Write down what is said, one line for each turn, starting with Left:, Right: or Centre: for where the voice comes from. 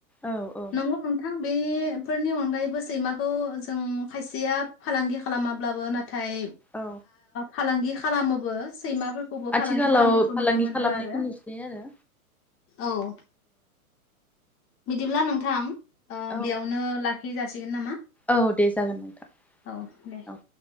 Centre: औ औ
Left: नंगौ नोंथां बेफोरनि अनगायैबो सैमाखौ जों खायसेया फालांगि खालामाब्लाबो ना थाइ
Centre: औ
Left: फालांगि खालामोबो सैमाफोरखौबो
Centre: आथिखालाव
Left: फालांगि खालामनायखौ
Centre: फालांगि
Left: नुनो मोनो
Centre: खालामनायखौ
Left: आरो
Centre: नुसै आरो
Left: <inaudible> औ बिदिब्ला नोंथां। ओ
Centre: औ
Left: बेयावनो ला खि जासिगोन नामा?
Centre: औ दे जागोन नोंथां
Left: औ
Centre: <inaudible>
Left: दे।
Centre: औ।